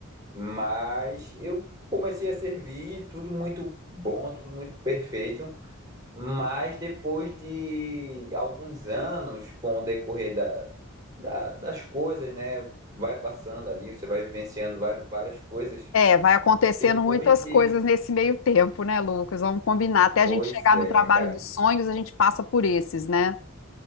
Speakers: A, on the right (about 15°); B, on the left (about 65°).
A: mas eu comecei a servir, tudo muito bom, tudo muito perfeito. Mas depois de alguns anos, com o decorrer da, da- das coisas, né? Vai passando ali, você vai vivenciando várias, várias coisas.
B: É, vai acontecendo
A: Depois
B: muitas
A: de.
B: coisas nesse meio tempo, né, Lucas? Vamos combinar. Até a
A: Pois
B: gente chegar
A: é,
B: no trabalho
A: Karina,
B: dos sonhos, a gente passa por esses, né?